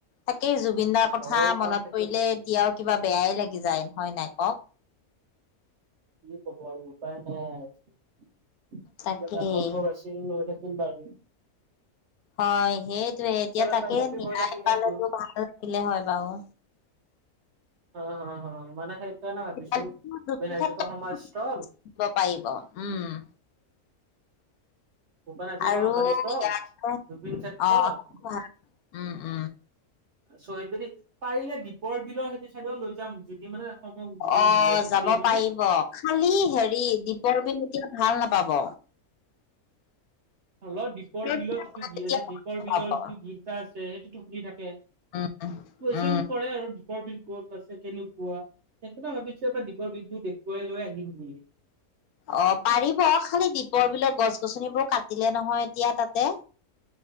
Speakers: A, on the left (about 80°); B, on the right (about 55°).
A: তাকেই জুবিন দাৰ কথা
B: ঘৰৰো কাম
A: মনত
B: থাকিল।
A: পৰিলে', এতিয়াও কিবা বেয়াই লাগি যায় হয় নাই কওক',
B: কি ক'ব আৰু উপায় নাই আৰু এইটো
A: তাকেই
B: এটা কন্ত্ৰভাৰ্চি', জুবিনৰ লগতে কোনবা আৰু',
A: হয় সেইটোৱে, এতিয়া
B: এটা
A: তাকে
B: টপিক
A: ন্যায়াই
B: হৈ থাকিল সেইটো
A: পালেতো ভাল আছিলে হয় বাৰু',
B: অ', - অহ', - অহ', মানে সেইকাৰণে ভাবিছোঁ
A: তেতিয়াহ'লে
B: ভূপেন
A: দুদিন
B: হাজৰিকা
A: ক্ষেত্ৰত
B: সমাধিস্থল',
A: দিব পাৰিব', উম',
B: ভূপেন হাজৰিকা
A: আৰু
B: সমাধিস্থল,
A: ইয়াতে
B: জুবিন ক্ষেত্ৰত',
A: অ সেইটো ভাল উম', - উম',
B: শ্বহীদবেদী, পাৰিলে দীপৰ বিলৰ সেইটো চাইডত লৈ যাম যদি মানে', সময় সুবিধা
A: অ',
B: মিলে তেতিয়া
A: যাব
B: মানে
A: পাৰিব খালি হেৰি দীপৰ বিল এতিয়া ভাল নাপাব',
B: হ'লও দীপৰ বিলৰ
A: বিলত
B: যিটো
A: গৈ
B: গীত
A: এতিয়া
B: আছে দীপৰ
A: ভাল
B: বিলৰ
A: নাপাব
B: যিটো গীত এটা আছে সেইটোতো শুনি থাকে',
A: উম
B: কুৱেচছন
A: উম
B: কৰে আৰু দীপৰ বিল ক'ত আছে কেনেকুৱা? সেইকাৰণে ভাবিছোঁ আমাৰ দীপৰ বিলটো দেখুৱাই লৈ আহিম বুলি',
A: অ', পাৰিব খালি দীপৰ বিলত গছ গছনিবোৰ কাটিলে নহয় এতিয়া তাতে',